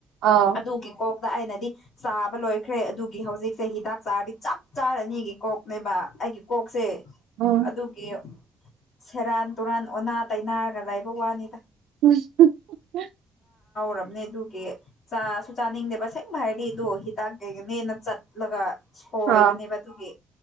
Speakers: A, on the right; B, on the left.
A: ꯑꯥꯎ
B: ꯑꯗꯨꯒꯤꯀꯣꯛ ꯑꯗ ꯑꯩꯅꯗꯤ ꯆꯥꯕ ꯂꯣꯏꯈ꯭ꯔꯦ ꯑꯗꯨꯒꯤ ꯍꯧꯖꯤꯛꯁꯦ ꯍꯤꯗꯥꯛ ꯆꯥꯔꯗꯤ ꯆꯞ ꯆꯥꯔꯅꯤꯒꯤ ꯀꯣꯛꯅꯦꯕ ꯑꯩꯒꯤ ꯀꯣꯛꯁꯦ
A: ꯎꯝ
B: ꯑꯗꯨꯒꯤ ꯁꯦꯔꯥꯟ ꯇꯨꯔꯥꯟ ꯑꯣꯅꯥ ꯇꯩꯅꯥꯔꯒ ꯂꯩꯕ ꯋꯥꯅꯤꯗ
A: <unintelligible>
B: ꯔꯕꯅꯦ ꯑꯗꯨꯒꯤ ꯆꯥꯁꯨ ꯆꯥꯅꯤꯡꯗꯦꯕ ꯑꯁꯦꯡꯕ ꯍꯥꯏꯔꯗꯤ ꯑꯗꯨ ꯍꯤꯗꯥꯛ ꯀꯩꯒꯅꯦꯅ ꯆꯠꯂꯒ ꯁꯣꯏꯕꯅꯦꯕ
A: ꯑꯥ
B: ꯑꯗꯨꯒꯤ